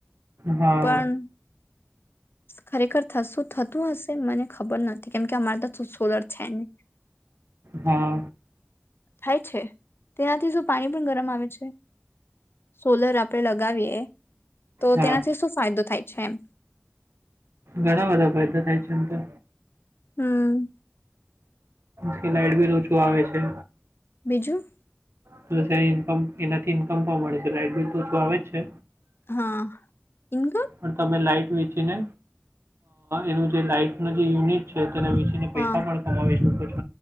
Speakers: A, on the right; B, on the left.
A: હા,
B: પણ ખરેખરું થતું હશે મને ખબર નથી કેમ કે અમારે તો શું સોલર છે ની.
A: હા.
B: થાય છે? તેનાથી શું પાણી પણ ગરમ આવે છે? સોલર આપડે લગાવીએ તો
A: હા.
B: તેનાથી શું ફાયદો થાય? છેમ.
A: ઘણા બધા ફાયદા થાય છે એમ તો
B: હમ.
A: થી લાઈટ બીલ ઓછું આવે છે.
B: બીજું?
A: પલસ એનાથી ઇન્કમ પણ મળે છે લાઈટ બિલ તો ઓછું આવે જ છે.
B: હા. ઇન્કમ
A: પણ તમે લાઈટ વેચીને એનું જે લાઈટ ન જે યુનિટ છે તેને વેસીને
B: હા
A: પૈસા પણ કમાવી શકો છો.